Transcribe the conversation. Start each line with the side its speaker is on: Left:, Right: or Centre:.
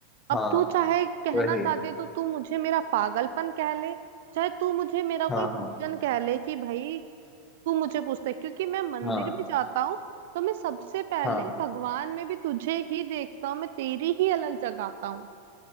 Right: अब
Left: हाँ
Right: तू चाहे कहना
Left: वही
Right: चाहती है तो तू मुझे मेरा पागलपन कह ले चाहे तू मुझे मेरा
Left: हाँ
Right: कोई पूजन
Left: हाँ
Right: कह ले कि भाई तू मुझे पूछता है क्योंकि मैं मंदिर
Left: हाँ
Right: भी जाता हूँ तो मैं सबसे पहले
Left: हाँ
Right: भगवान में भी तुझे ही देखता हूँ मैं तेरी ही अलग जगाता हूँ